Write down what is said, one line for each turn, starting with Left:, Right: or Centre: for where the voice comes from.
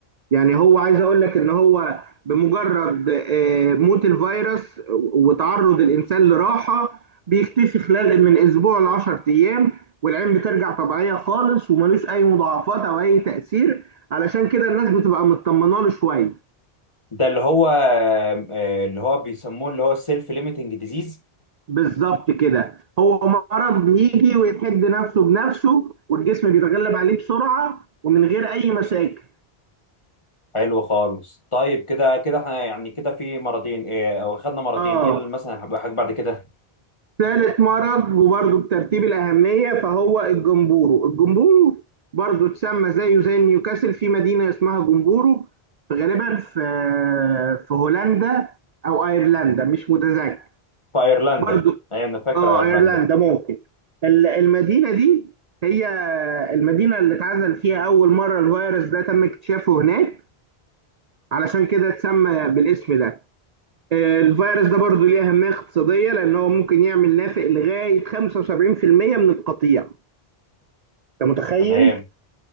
Right: يعني هو عايز اقول لك ان هو بمجرد آه، موت الفيروس وتعرض الانسان لراحه بيختفي خلال من اسبوع ل 10 ايام والعين بترجع طبيعيه خالص وملوش اي مضاعفات او اي تاثير علشان كده الناس بتبقى مطمنه له شويه
Left: ده اللي هو آه، اللي هو بيسموه اللي هو السيلف ليميتنج ديزيز
Right: بالظبط كده هو مرض بيجي ويحد نفسه بنفسه والجسم بيتغلب عليه بسرعه ومن غير اي مشاكل
Left: حلو خالص طيب كده كده احنا يعني كده في مرضين ايه او خدنا مرضين
Right: اه
Left: ايه اللي مثلا هيبقى حاجه بعد كده
Right: ثالث مرض وبرضه بترتيب الأهمية فهو الجمبورو الجمبورو برضه اتسمى زيه زي نيوكاسل في مدينة اسمها جمبورو غالبا في في هولندا أو أيرلندا مش متذكر
Left: في ايرلندا
Right: برضه
Left: ايوه انا فاكر
Right: اه
Left: ايرلندا
Right: أيرلندا ممكن ال- المدينة دي هي المدينة اللي اتعزل فيها أول مرة الفيروس ده تم اكتشافه هناك علشان كده اتسمى بالاسم ده آه، الفيروس ده برضو ليه أهمية اقتصادية لأن هو ممكن يعمل نافق لغاية 75% من القطيع أنت متخيل؟
Left: تمام